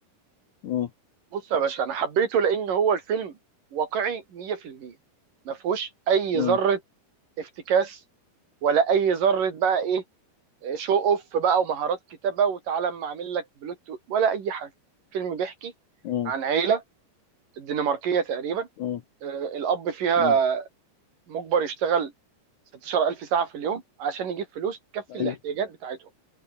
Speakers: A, on the left; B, on the right.
A: مم.
B: بص يا باشا انا حبيته لان هو الفيلم واقعي 100% ما فيهوش اي
A: مم.
B: ذره افتكاس ولا اي ذره بقى ايه شو اوف بقى ومهارات كتابه وتعالى اما اعمل لك بلوت ولا اي حاجه الفيلم بيحكي
A: مم.
B: عن عيله الدنماركيه تقريبا
A: مم.
B: آه، الاب فيها
A: مم.
B: مجبر يشتغل 16000 ساعه في اليوم عشان يجيب فلوس تكفي
A: ايوه
B: الاحتياجات بتاعتهم